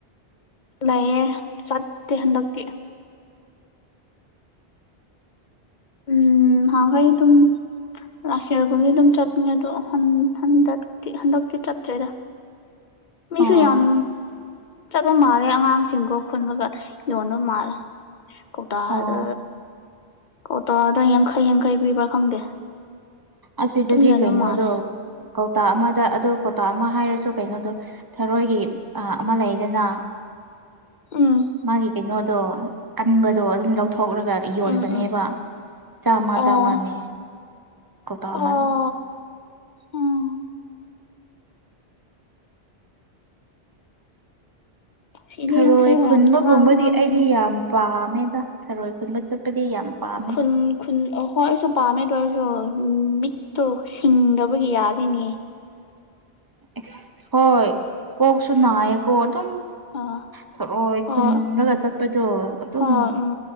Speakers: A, on the left; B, on the right.
A: ꯂꯩꯌꯦ ꯆꯠꯇꯦ ꯍꯟꯗꯛꯇꯤ ꯎꯝ ꯍꯥꯎꯌꯦ ꯑꯗꯨꯝ ꯂꯥꯁꯇ꯭ ꯌꯦꯔ ꯒꯨꯝꯗꯤ ꯑꯗꯨꯝ ꯆꯠꯄꯅꯦ ꯑꯗꯣ ꯍꯟꯗꯛꯇꯤ ꯍꯟꯗꯛꯇꯤ ꯆꯠꯇ꯭ꯔꯦꯗꯥ
B: <unintelligible>
A: ꯃꯤꯁꯨ
B: ꯑꯣ
A: ꯌꯥꯝ ꯆꯠꯄ ꯃꯥꯜꯂꯦ ꯑꯉꯥꯡꯁꯤꯡꯀ‌ꯣ ꯈꯨꯟꯕꯒ ꯌꯣꯟꯕ ꯃꯥꯜꯂꯦ ꯀꯣꯛꯇ
B: ꯑꯣ
A: ꯗ ꯀꯧꯇꯗ ꯌꯥꯡꯈꯩ ꯌꯥꯡꯈꯩ ꯄꯤꯕ꯭ꯔꯥ ꯈꯪꯗꯦ
B: ꯑꯁꯤꯗꯗꯤ
A: ꯑꯗꯨꯝ ꯌꯣꯟꯕ
B: ꯀꯩꯅꯣꯗꯣ
A: ꯃꯥꯜꯂꯦ
B: ꯀꯧꯇꯥ ꯑꯃꯗ ꯑꯗꯨ ꯀꯧꯇꯥ ꯑꯃ ꯍꯥꯏꯔꯁꯨ ꯀꯩꯅꯣꯗꯣ ꯊꯔꯣꯏꯒꯤ ꯑꯥ‌ ꯑꯃ ꯂꯩꯗꯅ
A: ꯎꯝ
B: ꯃꯥꯒꯤ ꯀꯩꯅꯣꯗꯣ ꯀꯟꯕꯗꯣ ꯑꯗꯨꯝ ꯂꯧꯊꯣꯛꯂꯒ ꯌꯣꯟꯕꯅꯦꯕ
A: ꯎꯝ ꯎꯝ
B: ꯆꯥꯝꯃ
A: ꯑꯣ
B: ꯆꯥꯝꯃꯅꯦ ꯀꯣꯛꯇ ꯑꯃꯗ
A: ꯑꯣ ꯎꯝ ꯁꯤꯗꯤ
B: ꯊꯔꯣꯏ
A: ꯌꯥꯡꯈꯩ ꯑꯣꯏꯔꯝꯅꯤ
B: ꯈꯨꯟꯕꯒꯨꯝꯕꯗꯤ
A: ꯑꯉꯥꯡ ꯑꯉꯥꯡꯁꯤꯡꯅ
B: ꯑꯩꯗꯤ ꯌꯥꯝ ꯄꯥꯝꯃꯦꯗ ꯊꯔꯣꯏ ꯈꯨꯟꯕ ꯆꯠꯄꯗꯤ ꯌꯥꯝ ꯄꯥꯝꯃꯦ
A: ꯈꯨꯟ ꯈꯨꯟ ꯑꯣ ꯍꯣꯏ ꯑꯩꯁꯨ ꯄꯥꯝꯃꯦꯗꯣ ꯑꯣꯏꯁꯨ ꯃꯤꯠꯇꯣ ꯁꯤꯡꯗꯕꯒꯤ ꯌꯥꯗꯦꯅꯦ
B: ꯑꯁ ꯍꯣꯏ ꯀꯣꯛꯁꯨ ꯅꯥꯏꯌꯦ ꯑꯣ ꯑꯗꯨꯝ
A: ꯑ
B: ꯊꯔꯣꯏ
A: ꯍꯣꯏ
B: ꯈꯨꯟꯂꯒ ꯆꯠꯄꯗꯣ ꯑꯗꯨꯝ
A: ꯍꯣꯏ ꯎꯝ